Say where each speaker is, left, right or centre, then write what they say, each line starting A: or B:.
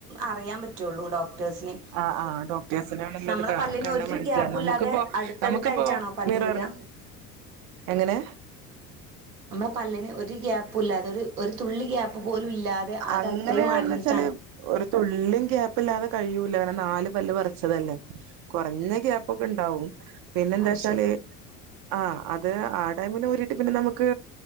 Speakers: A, on the right; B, on the right.
A: അറിയാൻ പറ്റുള്ളൂ ഡോക്ടേഴ്സിന്.
B: ആഹ് ആഹ് ഡോക്ടേഴ്സിനാണല്ലോ
A: നമ്മളെ
B: അത്
A: പല്ലിന്
B: കണ്ടാ
A: ഒരു
B: മനസ്സിലാ
A: ഗ്യാപ്പും
B: നമുക്കിപ്പോ
A: ഇല്ലാതെ അടുത്തടുത്തായിട്ടാണോ
B: നമുക്കിപ്പോ
A: പല്ല്
B: മിററിൽ
A: ഊരുക
B: എങ്ങനെ?
A: നമ്മളെ പല്ലിന് ഒരു ഗ്യാപ്പുല്ലാതെ ഒരു ഒരു തുള്ളി ഗ്യാപ്പ് പോലും ഇല്ലാതെ അത്
B: അങ്ങനെയാന്ന്
A: അത്രയും അടഞ്ഞിട്ടാണ്.
B: വെച്ചാല് ഒരു തുണ്ള്ളിം ഗ്യാപ്പ് ല്ലാതെ കഴിയൂല. ങ്ങനെ നാല് പല്ല് പറച്ചതല്ലേ. കുറഞ്ഞ ഗ്യാപ്പൊക്കെ ണ്ടാവും. പിന്നെ ന്താച്ചാല്
A: ആ ശരി
B: ആഹ് അത് ആടൈമില് ഊരിട്ട് പിന്നെ നമുക്ക്